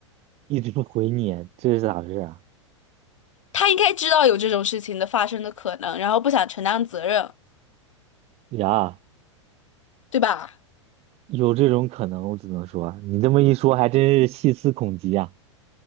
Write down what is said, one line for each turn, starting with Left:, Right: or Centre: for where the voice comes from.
Right: 一直不回你，这是咋回事啊？
Left: 他应该知道有这种事情的发生的可能，然后不想承担责任，
Right: 呀，
Left: 对吧？
Right: 有这种可能，我只能说，你这么一说，还真是细思恐极啊。